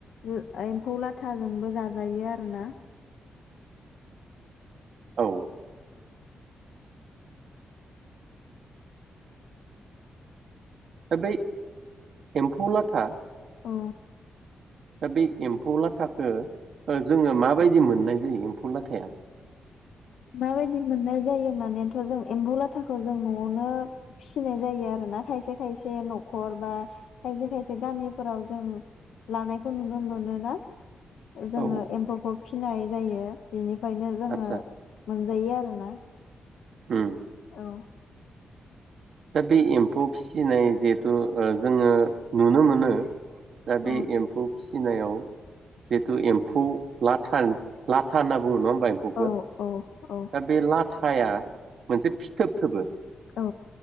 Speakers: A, on the left; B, on the right.
A: ला एम्फौ लाथाजोंबो जाजायो आरोना
B: औ दा बै एम्फौ लाथा
A: औ
B: दा बै एम्फौ लाथाखो ओ जोङो माबायदि मोननाय जायो एम्फौ लाथाया
A: माबायदि मोननाय जायो मानेथ' जों एम्बौ लाथाखौ जों न'आवनो फिसिनाय जायो आरो ना खायसे खायसे न'खर बा खायसे खायसे गामिफोराव जों लानायखौ नुनो मोनोना। ओ जोङो
B: औ
A: एम्फौखौ फिनाय जायो बेनिफ्रायनो जोङो
B: आदसा
A: मोनजायो आरोना
B: होम
A: औ
B: दा बे एम्फौ फिसिनाय जिहेथु ओ जोङो नुनो मोनो दा बे
A: औ
B: एम्फौ फिसिनायाव जिथु एम्फौ लाथा लाथा होनना बुङो नङा होमबा एम्फौखो
A: औ औ औ
B: दा बे लाथा थाया मोनसे फिथोब थोबो
A: औ